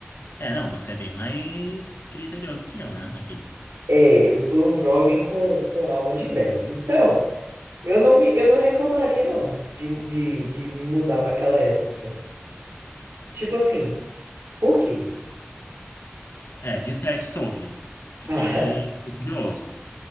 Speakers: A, on the left; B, on the right.
A: É, não, você é bem mais criterioso que eu, né? Aqueles...
B: É, eu sou um jovem com, com alma de velho. Então, eu não me, eu não reclamaria, não, de, de, de me mudar para aquela época. Tipo assim, por quê?
A: É, disserte sobre. Fiquei
B: Tá,
A: curioso,